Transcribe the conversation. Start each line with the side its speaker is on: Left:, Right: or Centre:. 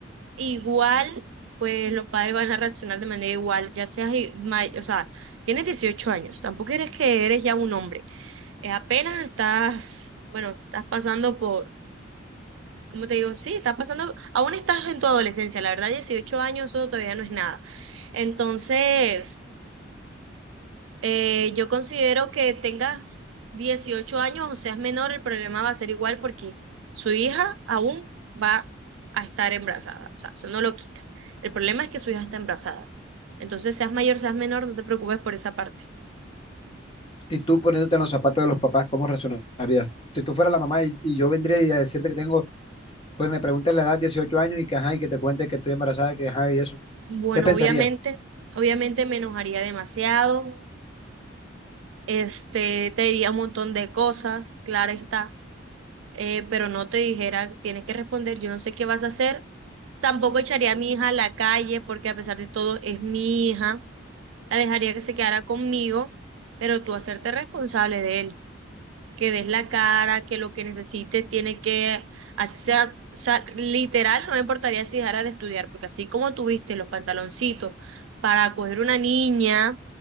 Right: igual, pues los padres van a reaccionar de manera igual, ya seas, i- ma- o sea, tienes 18 años, tampoco eres que eres ya un hombre, Eh, apenas estás, bueno, estás pasando por, ¿cómo te digo? Sí, estás pasando, aún estás en tu adolescencia, la verdad, 18 años eso todavía no es nada. Entonces, Eh, yo considero que tengas 18 años o seas menor, el problema va a ser igual porque su hija aún va a estar embarazada. O sea, eso no lo quita. El problema es que su hija está embarazada. Entonces, seas mayor, seas menor, no te preocupes por esa parte.
Left: y tú poniéndote en los zapatos de los papás, ¿cómo reaccionarías? Si tú fueras la mamá y, y yo vendría y a decirte que tengo, pues me preguntas la edad, 18 años y que ajá, y que te cuente que estoy embarazada, que ajá, y eso,
Right: Bueno,
Left: ¿qué pensarías?
Right: obviamente, obviamente me enojaría demasiado. Este, te diría un montón de cosas, claro está, eh, pero no te dijera, tienes que responder, yo no sé qué vas a hacer. Tampoco echaría a mi hija a la calle porque a pesar de todo es mi hija. La dejaría que se quedara conmigo, pero tú hacerte responsable de él, que des la cara, que lo que necesite tiene que hacer, o sea, literal, no me importaría si dejara de estudiar, porque así como tuviste los pantaloncitos para coger una niña